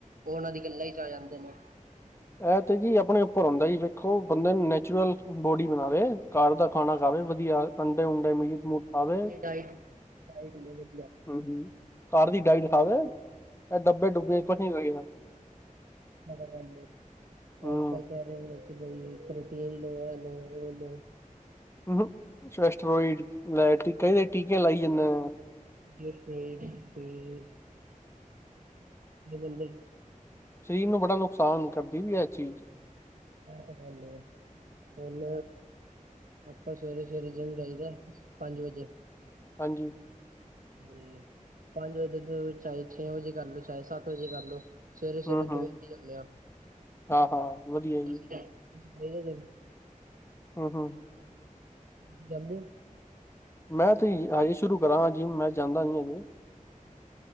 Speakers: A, on the right; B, on the left.
A: ਓ ਓਹਨਾਂ ਦੀ ਗੱਲਾਂ ਇੱਚ ਆ ਜਾਂਦੇ ਨੇ।
B: ਐ ਤੇ ਜੀ ਆਪਣੇ ਉੱਪਰ ਹੋਂਦੈ ਜੀ। ਵੇਖੋ ਬੰਦੇ ਨੈਚੁਰਲ ਬੋਡੀ ਬਨਾਵੇ, ਘਰ ਦਾ ਖਾਣਾ ਖਾਵੇ ਵਧੀਆ ਅੰਡੇ-ਉਡੇ, ਮੀਟ-ਮੂਟ ਖਾਵੇ
A: ਡਾਈਟ ਡਾਈਟ ਹੋਵੇ ਵਧੀਆ
B: ਹੂੰ-ਹੂੰ। ਘਰ ਦੀ ਡਾਈਟ ਖਾਵੇ, ਐ ਡੱਬੇ-ਡੁੱਬੇ ਕੱਠੇ ਕਰੀ ਜਾਂਦੈ।
A: ਮੈਂ ਕਿਆ ਰੈਨ ਦੇ। ਆਈਸਤਾ-ਆਈਸਤਾ
B: ਹੂੰ।
A: ਕਈ ਲੋਕੀ ਤੇ ਜੀ ਪ੍ਰੋਟੀਨ ਲੇ ਆ ਲੋ, ਓ ਲੋ।
B: ਹੂੰ ਸ਼ਵੈਸ਼ਟਰੋਇਡ ਲੈ ਕੇ, ਕਈ ਏ ਟੀਕੇ ਲਾਈ ਜਾਂਦੇ ਆ।
A: <unintelligible>
B: ਸ਼ਰੀਰ ਨੂੰ ਬੜਾ ਨੁਕਸਾਨ ਕਰਦੀ ਵੀ ਐ ਚੀਜ।
A: ਐ ਤਾਂ ਗੱਲ ਏ, ਹੁਨ ਆਪਾਂ ਸਵੇਰੇ-ਸਵੇਰੇ ਜਿੰਮ ਜਾਈਦੈ, ਪੰਜ ਵਜੇ।
B: ਹਾਂਜੀ।
A: ਤੇ ਪੰਜ ਵਜੇ ਤੇ ਓ ਚਾਏ ਛੇ ਵਜੇ ਕਰ ਲੇ ਚਾਏ ਸੱਤ ਵਜੇ ਕਰ ਲੇ ਸਵੇਰੇ-ਸਵੇਰੇ
B: ਹੂੰ-ਹੂੰ
A: ਪੈਲੇ ਕੀ ਕਰਨੇ ਆਂ।
B: ਹਾਂ-ਹਾਂ ਵਧੀਆ ਜੀ
A: ਅਸੀ <unintelligible>
B: ਹੂੰ-ਹੂੰ।
A: ਬਲ
B: ਮੈਂ ਤੇ ਯ ਹਜੇ ਸ਼ੁਰੂ ਕਰਾਂਗਾ ਜਿੱਮ। ਮੈਂ ਜਾਂਦਾ ਨੀ ਹਜੇ।